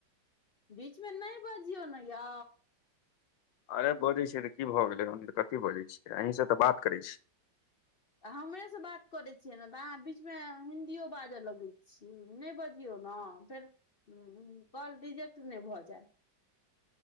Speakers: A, on the left; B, on the left.
A: बीचमे नय बजियौ न यौ
B: अरे बजै छियै तऽ की भऽ गेलै हम तऽ कथी बजै छियै अहींसँ तऽ बात करै छी
A: हमरे से बात करै छियै ने तऽ अहाँ बीचमे हिंन्दीयो बाजय लगै छी। छी नय बजियौ न फेर काॅल रिजेक्ट नय भऽ जाय